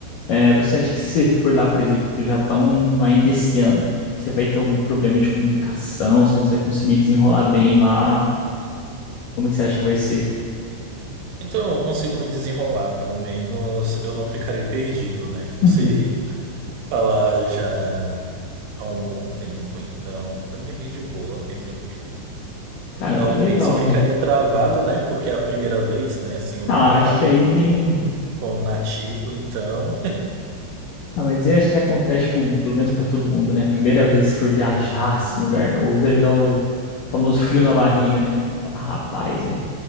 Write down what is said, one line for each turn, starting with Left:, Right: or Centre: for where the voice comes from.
Left: É, você acha que se você for lá, por exemplo, do Japão ainda esse ano, você vai ter algum problema de comunicação? Você acha que você vai conseguir desenrolar bem lá? Como é que você acha que vai ser?
Right: Então, eu consigo me desenrolar, pelo menos eu não ficarei perdido, né?
Left: <laughs>
Right: Eu sei <laughs> falar já há um bom tempo, então para mim é bem de boa, bem tranquilo.
Left: Cara,
Right: Talvez
Left: bem legal,
Right: eu ficaria
Left: velho.
Right: travado, né? Porque é a primeira vez, né? Assim, eu
Left: Ah,
Right: nunca
Left: acho
Right: falei
Left: que aí
Right: com,
Left: tem.
Right: com um nativo, então.
Left: Ah, mas eu acho que acontece, tipo, pelo menos pra todo mundo, né? Primeira vez que for viajar, assim,
Right: <laughs> Sim,
Left: em lugar novo, deve dar o famoso frio na barriga, né? Ah, rapaz, velho.